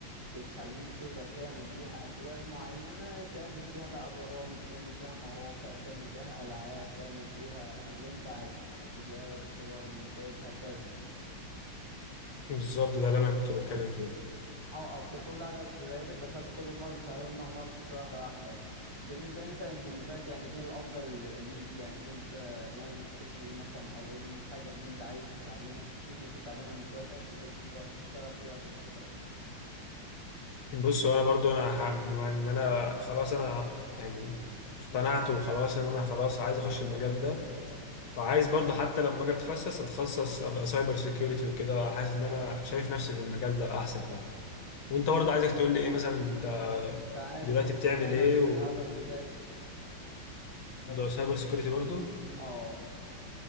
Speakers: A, on the right; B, on the left.
A: بتخليك تقدر تعمل بيها أكواد معينة تعمل بيها بقى برامج تعمل بيها مواقع تعمل بيها ألعاب تعمل بيها اللي أنت عايزه فيديوهات صور مونتاج هكذا
B: بالظبط ده اللي أنا كنت بتكلم فيه
A: اه اصل كل حاجه اصل لقيتك دخلت كله في بعض فقلنا نفصص واحده واحده يعني بالنسبه انت بالنسبه لك يعني ايه الافضل ليك يعني انت ناوي تخش ايه مثلا او ايه الحاجه اللي انت عايز تتعلمها تبتدي تتعلمها من دلوقتي عشان تقدر تشتغل فيها في المستقبل
B: بص هو أنا برضو أنا ح- من يعني ما أنا خلاص أنا يعني اقتنعت وخلاص إن أنا خلاص عايز أخش المجال ده وعايز برضو حتى لما أجي أتخصص أتخصص أبقى سايبر سيكيورتي وكده حاسس إن أنا شايف نفسي في المجال ده أحسن يعني وانت برضه عايزك تقول لي ايه مثلا انت
A: انت عارف
B: دلوقتي
A: ان
B: بتعمل
A: ده نفس
B: ايه وبجد
A: الهدف بتاعي
B: سايبر سيكيورتي برضه
A: اه